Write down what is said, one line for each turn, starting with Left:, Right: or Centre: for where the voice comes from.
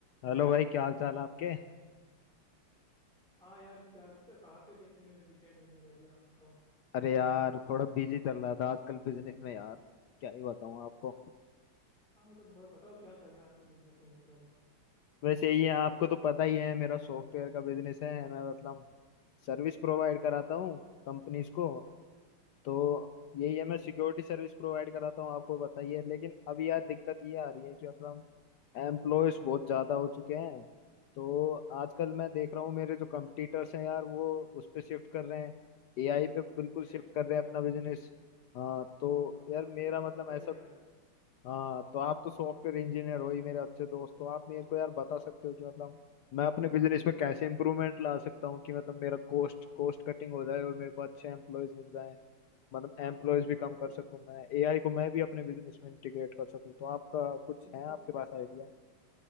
Left: Hello भाई क्या हाल चाल है आपके
Centre: हाँ यार क्या क्या कहाँ पे थे इतने दिनों से दिखे नहीं मैं बढ़िया आप बताओ
Left: अरे यार थोड़ा बिजी चल रहा था आजकल बिजनेस में यार क्या ही बताऊं आपको
Centre: हाँ मतलब ब- बताओ क्या चल रहा है आजकल बिजनेस में मतलब
Left: वैसे ही है आपको तो पता ही है मेरा सॉफ्टवेयर का बिजनेस है मैं मतलब सर्विस प्रोवाइड कराता हूँ कंपनीज को तो यही है मैं सिक्योरिटी सर्विस प्रोवाइड कराता हूँ आपको बताइए लेकिन अब यार दिक्कत ये आ रही है कि मतलब एम्प्लॉयज बहुत ज़्यादा हो चुके हैं तो आजकल मैं देख रहा हूँ मेरे जो कंपटीटर्स हैं यार वो उस पे शिफ्ट कर रहे हैं एआई पे बिल्कुल
Centre: एआई
Left: शिफ्ट कर रहे
Centre: अच्छा
Left: हैं अपना बिजनेस
Centre: एआई
Left: हाँ तो
Centre: हाँ मतलब
Left: यार मेरा मतलब
Centre: सबका
Left: ऐसा
Centre: यही हाल है
Left: हाँ तो आप तो सॉफ्टवेयर इंजीनियर हो ही मेरे अच्छे दोस्त हो आप मेरे को यार बता सकते हो कि मतलब मैं अपने बिजनेस में कैसे इंप्रूवमेंट ला सकता हूँ कि मतलब मेरा कॉस्ट कॉस्ट कटिंग हो जाए और मेरे को अच्छे एम्प्लॉयज मिल जाए मतलब
Centre: हाँ
Left: एम्प्लॉयज
Centre: बिल्कुल
Left: भी
Centre: मैं
Left: कम
Centre: आपके
Left: कर सकूँ मैं एआई को मैं भी अपने बिजनेस में इंटीग्रेट कर सकूँ तो आपका कुछ
Centre: बिल्कुल
Left: है आपके पास आइडिया